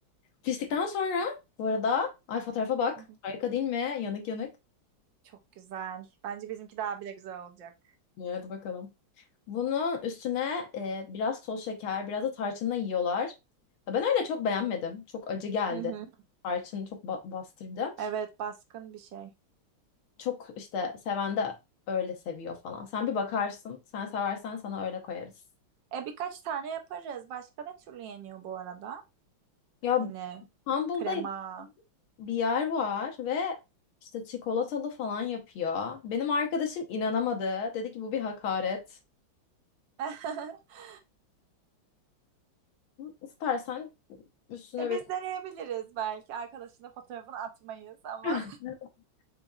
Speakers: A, on the left; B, on the right.
A: Piştikten sonra bu arada ay fotoğrafa bak.
B: <laughs>
A: Harika değil mi? Yanık yanık.
B: Çok güzel. Bence bizimki daha bile güzel olacak.
A: Evet hadi bakalım. Bunun üstüne e, biraz toz şeker, biraz da tarçınla yiyorlar. Ya Ben öyle çok beğenmedim. Çok acı geldi.
B: Hı hı.
A: Tarçın çok ba- bastırdı.
B: Evet, baskın bir şey.
A: Çok işte seven de öyle seviyor falan. Sen bir bakarsın. Sen seversen sana öyle koyarız.
B: E birkaç tane yaparız. Başka ne türlü yeniyor bu arada?
A: Ya
B: Hani
A: İstanbul'da
B: krema.
A: bir yer var ve işte çikolatalı falan yapıyor. Benim arkadaşım inanamadı. Dedi ki bu bir hakaret.
B: <laughs>
A: İstersen üstüne
B: E
A: biraz...
B: biz deneyebiliriz belki. Arkadaşına fotoğrafını atmayız ama
A: <laughs>